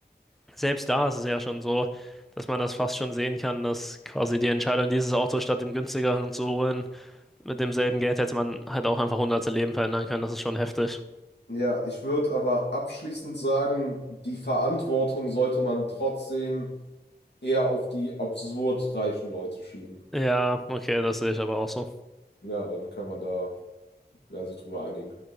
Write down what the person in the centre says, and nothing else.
selbst da ist es ja schon so, dass man das fast schon sehen kann, dass quasi die Entscheidung, dieses Auto statt dem günstigeren zu holen, mit demselben Geld hätte man halt auch einfach hunderte Leben verändern können. Das ist schon heftig.
Ja, okay, das sehe ich aber auch so.